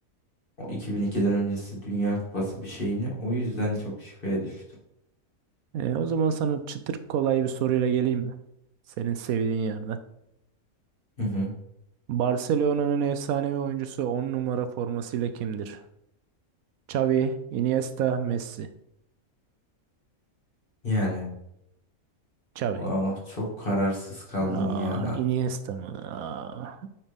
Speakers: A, on the left; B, on the right.
A: O 2002'den öncesi Dünya Kupası bir şeyini. O yüzden çok şüpheye düştüm.
B: Ee, o zaman sana çıtır kolay bir soruyla geleyim mi? Senin sevdiğin yerden.
A: Hı hı.
B: Barcelona'nın efsanevi oyuncusu 10 numara formasıyla kimdir? Xavi, Iniesta, Messi.
A: Yani
B: Xavi.
A: Oh, çok kararsız kaldım
B: Aa,
A: ya.
B: Iniesta mı? Aa,